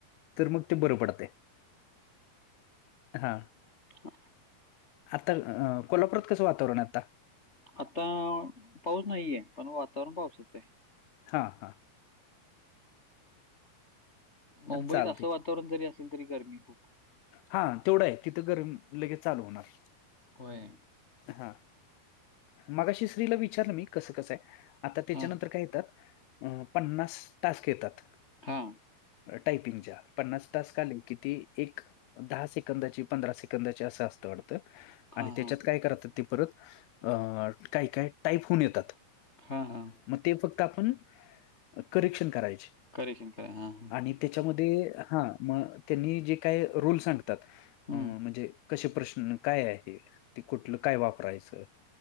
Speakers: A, on the left; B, on the left.
A: तरमुक्त बर पडते हा
B: हा
A: आता कोल्हापुरात कसं वातावरण आहे आता.
B: आता पाऊस नाहीये पण वातावरण पावसाच आहे.
A: हां हा
B: मुंबईत
A: चालतंय
B: असं वातावरण जरी असेल तरी गरमी खूप आहे.
A: हा तेवढा आहे तिथ गरम लगेच चालू होणार.
B: होय.
A: हा, मगा शिरीला विचारलं मी. कसं कसंय आता त्याच्यानंतर
B: हां.
A: काय येतात पन्नास टास्क येतात.
B: हा
A: टायपिंगच्या पन्नास तासक आले कि ती. एक दहा सेकंदाची पंधरा सेकंदाची असं असतं वाटतं आणि
B: हां,
A: त्याच्यात
B: हां.
A: काय करतात. ते परत अ काय काय टाईप होऊन येतात.
B: हां हां
A: मग ते फक्त आपण करेक्शन करायचे.
B: करेशन करयचे हा हा
A: आणि त्याच्यामध्ये हा मग त्यांनी जे काय रूल सांगतात
B: हं.
A: म्हणजे कसे प्रश्न, काय आहे हे? ते कुठलं काय वापरायचं?